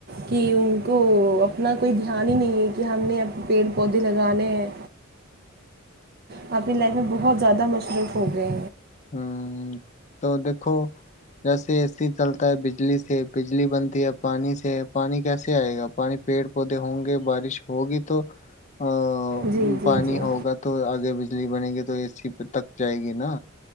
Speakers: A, on the right; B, on the left.
A: کہ ان کو اپنا کوئی دھیان ہی نہیں ہے کہ ہم نے پیڑ پودے لگانے ہیں آپنی لائف میں بہت زیادہ مشروف پودے
B: ہ تو دیکھو جیسے اے سی چلتا ہے بجلی سے بجلی بنتی ہے پانی سے پانی کیسے آئے گا پانی پیڑ پودے ہوں گے بارش ہوگی تو ا
A: جی جی
B: پانی
A: جی
B: ہوگا تو آگے بجلی بنے گی تو ا سی پہ تک جائے گی نا